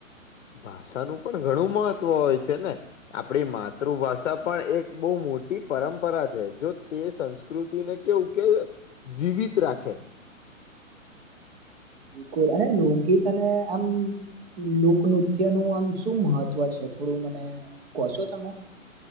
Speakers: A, on the left (about 60°); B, on the right (about 45°).
A: ભાષાનું પણ ઘણું મહત્વ હોય છે ને આપડી માતૃભાષા પણ એક બહુ મોટી પરંપરા છે જો તે સંસ્કૃતિને કેવું કે જીવિત રાખે.
B: બિલકુલ અને લોકગીત અને આમ લોકનૃત્ય નું આમ શું મહત્વ છે થોડું મને કોહશો તમે.